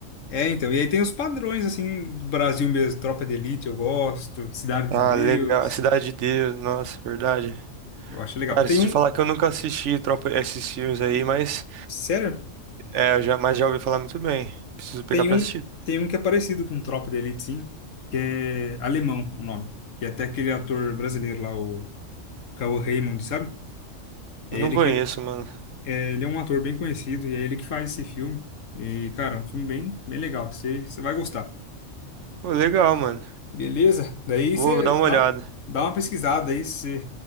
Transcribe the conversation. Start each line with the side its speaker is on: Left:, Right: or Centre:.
Left: É, então, e aí tem os padrões, assim, do Brasil mesmo. Tropa de Elite eu gosto, Cidade
Right: Ah,
Left: de Deus,
Right: legal. Cidade de Deus. Nossa, verdade.
Left: eu acho legal.
Right: Cara,
Left: Tem
Right: se
Left: um,
Right: te falar que eu nunca assisti tropa, esses filmes aí, mas,
Left: sério?
Right: é, eu já, mas já ouvi falar muito bem. Preciso pegar
Left: Tem
Right: pra
Left: um,
Right: assistir.
Left: tem um que é parecido com Tropa de Elite, sim, que é alemão o nome, que é até aquele ator brasileiro lá, o Cauã Raymond, sabe? É
Right: Não
Left: ele
Right: conheço,
Left: que
Right: mano.
Left: é, ele é um ator bem conhecido e é ele que faz esse filme. E, cara, é um filme bem, bem legal. Você, você vai gostar.
Right: Pô, legal, mano.
Left: Beleza? Daí
Right: Vou
Left: você
Right: dar uma
Left: dá,
Right: olhada.
Left: dá uma pesquisada aí. Se